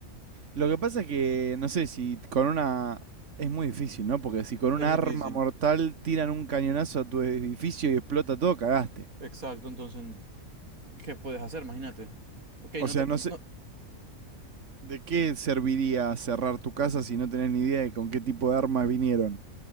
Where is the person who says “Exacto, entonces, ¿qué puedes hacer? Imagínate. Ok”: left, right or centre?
Right